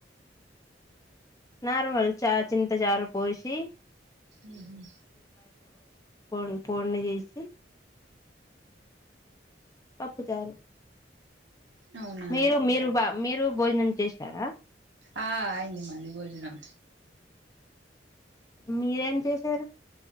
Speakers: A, on the left; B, on the right.
A: నార్మల్ చా చింత చారు పోసి
B: ఉహుమ్
A: పోన్ పొడ్ని చేసి పప్పుచారు
B: అవునా
A: మీరు మీరు బా మీరు భోజనం చేశారా
B: ఆ అయింది మాది భోజనం
A: మీరేం చేశారు